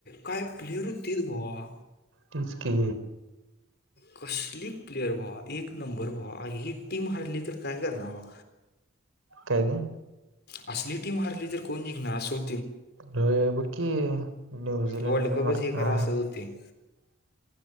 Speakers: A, on the left; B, on the right.
A: काय प्लेयर होतेरे भावा
B: तेचकी
A: कसली प्लेयर व एक नंबर व्हा ही टीम हारली तर काय करणार वा
B: काय दे
A: असली टीम हारली जर कोण निघणार असोत
B: हो बकी न्यूझिीलंड
A: वर्ल्ड कपच
B: मर
A: हे करा
B: का
A: असंच होते